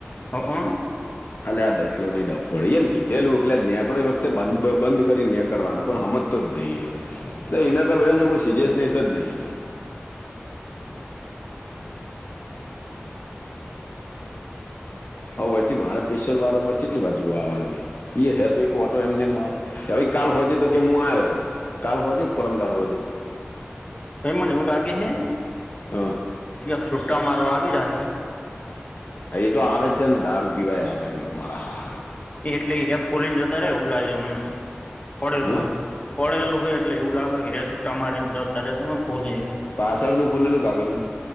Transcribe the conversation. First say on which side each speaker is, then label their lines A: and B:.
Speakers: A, on the left; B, on the left.
A: હઅ
B: અલ્યા આ ડસલો ને એ ડફોળ ઈએ ન કીધેલું એટલે નેકડો એટલે વખતે બ બંધ કરીને નીકડવાનું પણ હમત તો જઈ તો એન તો જો કોઈ સિરિયસલી સજ નહી. હવ એથી મારે પેશિયલ વારંવાર ચેટલી વાર જોવાનું છે એ હે તો કો એમનેમ કાલ હોજે તો કે હું આવ્યો હતો કાલ હોજે કે પરમદાર હોજે
A: ભાઈ મને એવું લાગે હે
B: હા
A: જ્યાં છૂટ્ટા મારવા આવી રહ્યા
B: એ તો આવે છે દારૂ પીવા આવે એમ તો મારા હાહરા
A: એ એટલે ત્યાં ખોલી ને જતા રે એઉ લાગે મને પડેલું
B: હા
A: હોય પડેલું હોય એટલે એવું લાગે કે છુટ્ટા મારીને જતા રેતા ખોલી એવું
B: પાછળ નું ખોલેલું કાગળ નુ